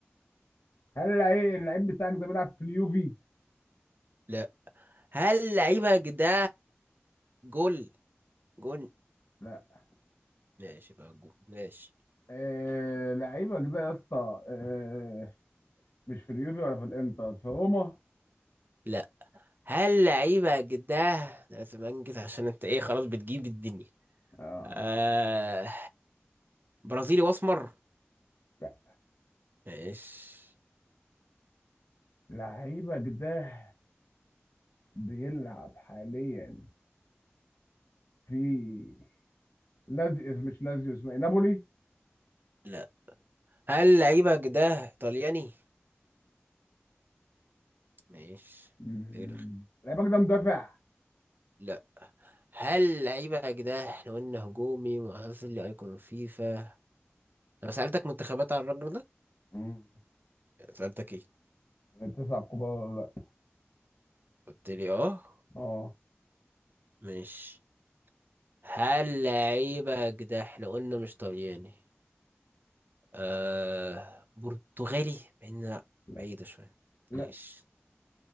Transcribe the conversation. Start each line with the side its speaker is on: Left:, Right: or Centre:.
Left: هل اللعيب اللعيب بتاعك ده بيلعب في اليوفي؟
Right: لا هل لعيبك ده جول جول
Left: لا
Right: ماشي بقى جول ماشي
Left: آه... لعيبك ده يا اسطى آه... مش في اليوفي ولا في الانتر في روما؟
Right: لا هل لعيبة جداه ده لازم انجز عشان انت ايه خلاص بتجيب الدنيا
Left: اه
Right: آه... برازيلي واسمر
Left: لا
Right: ماشي
Left: لعيبك ده بيلعب حاليا في لازيوس مش لازيوس اسمه إيه؟ نابولي؟
Right: لا هل لعيبة جداه ايطالياني ماشي
Left: مم.
Right: دي رخ-
Left: لعيبك ده مدافع
Right: لا هل لعيبة جداه احنا قلنا هجومي وحصل لي ايقون الفيفا انا سألتك منتخبات على الراجل ده
Left: مم.
Right: سألتك ايه
Left: من التسعة الكبار ولا لا
Right: قلت لي اه
Left: اه
Right: ماشي هل لعيبة جداه احنا قلنا مش طلياني آه برتغالي مع إنها
Left: لا
Right: بعيدة شوية
Left: لا
Right: ماشي